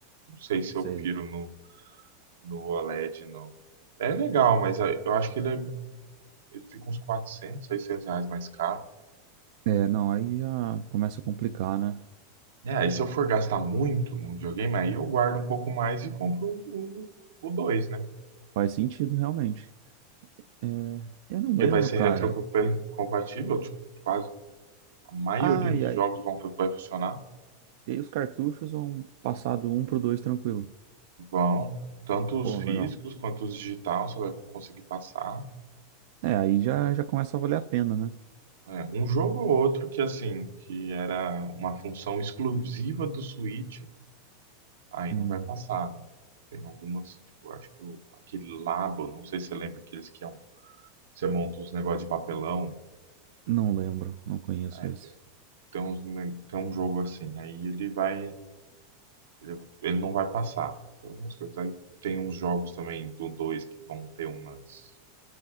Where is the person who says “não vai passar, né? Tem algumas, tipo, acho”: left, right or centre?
Right